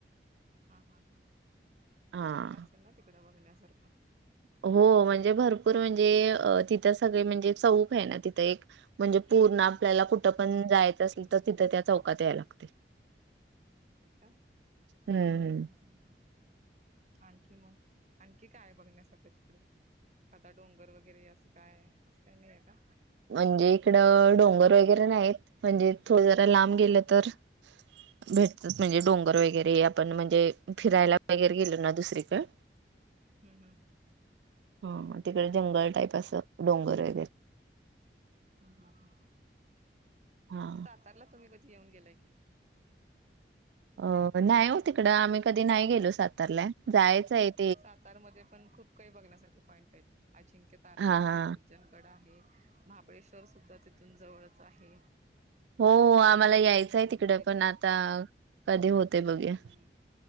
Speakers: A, on the right; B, on the right.
A: हां हां हां
B: हा.
A: छान असेल ना तिकडं बघण्यासारखं.
B: हो म्हणजे भरपूर म्हणजे तिथं सगळे म्हणजे चौक आहे, ना तिथं एक म्हणजे पूर्ण आपल्याला कुठं पण जायचं असेल तर तिथं त्या चौकात याय लागते.
A: होय का
B: हम्म हम्म.
A: ह् ह् ह् आणखी मग? आणखी काय बघण्यासारखं तिकड आता डोंगर वगैरे असं काय असं काय नाही आहे का?
B: म्हणजे इकडं डोंगर वगैरे नाहीत म्हणजे थोड जरा लांब गेलं तर भेटतच म्हणजे डोंगर वगैरे आपण म्हणजे फिरायला वगैर गेलो ना दुसरीकडे
A: हम्म हम्म.
B: हां तिकडे जंगल टाईप असं डोंगर वगैरे.
A: ह ह
B: हा
A: सातारला तुम्ही कधी येऊन गेलाय की नाही?
B: अ नाही हो तिकडं आम्ही कधी नाही गेलो सात जायचं आहे एक
A: सातार मध्ये पण खूप काही बघण्यासारखे पॉइंट आहेत, अजिंक्य तारा
B: हा
A: आहे.
B: हा
A: सज्जनगड आहे. महाबळेश्वर सुद्धा तिथून जवळच आहे.
B: हो आम्हाला
A: नटराज
B: यायचंय
A: मंदिर
B: तिकड पण आता कधी होते बघूया.
A: हम्म